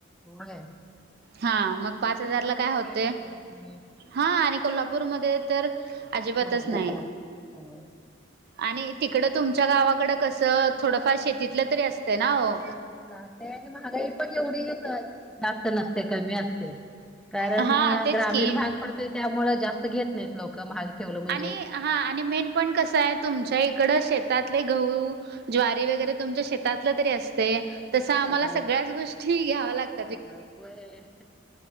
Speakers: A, in the centre; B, on the right (about 55°).
A: होय.
B: हा मग पाच
A: सिटी
B: हजारला
A: लेवल ला
B: होते
A: काय परवडत नाही.
B: हा आणि कोल्हापूरमध्ये तर अजिबातच
A: महागाई
B: नाही
A: जास्त आहे.
B: आणि तिकड तुमच्या गावाकड कसं थोडंफार शेतीतलं तरी असत. हो ते नाव <unintelligible>
A: शेतीतल अस आणि महागाई पण एवढी जास्त नसते कमी असते. कारण
B: हा तेच
A: ग्रामीण
B: की
A: भाग पडतोय त्यामुळ जास्त घेत नाहीत लोक महाग ठेवलं म्हणजे.
B: आणि हा आणि मेन पॉईंट कसं आहे तुमच्या इकडं शेतातले गहू ज्वारी वगैरे तुमच्या शेतातलं तरी असते तस
A: असतय
B: आम्हाला
A: होय.
B: सगळ्याच गोष्टी घ्याव्या लागत.
A: सगळं होय.